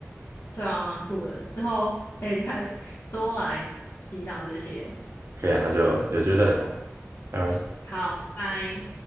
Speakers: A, on the left; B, on the right.
A: 对啊，蛮酷的。之后可以再多来抵挡这些。
B: <laughs> 可以啊，那就有机会再聊，拜拜。
A: 好，拜。